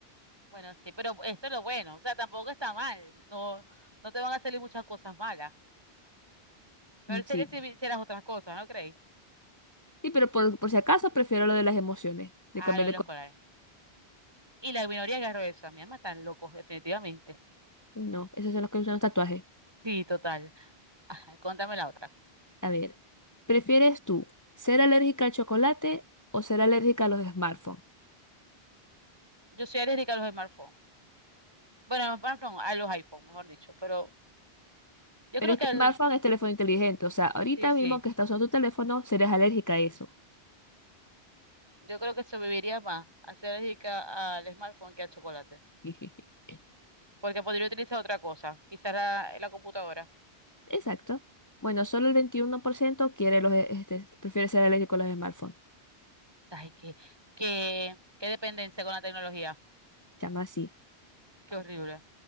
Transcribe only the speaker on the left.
Mm,
Sí.
Sí, pero por, por si acaso prefiero lo de las emociones,
de cambiar
de
color.
Uy, no, esas son las que usan los tatuajes.
A ver, ¿prefieres tú ser alérgica al chocolate o ser alérgica a los smartphones?
Pero
es
que
el smartphone es teléfono inteligente, o sea, ahorita
mismo que estás usando tu teléfono, serás alérgica a eso.
<laughs>
Exacto. Bueno, solo el 21% quiere los, e- este, prefiere ser alérgico a los smartphones.
Llama así.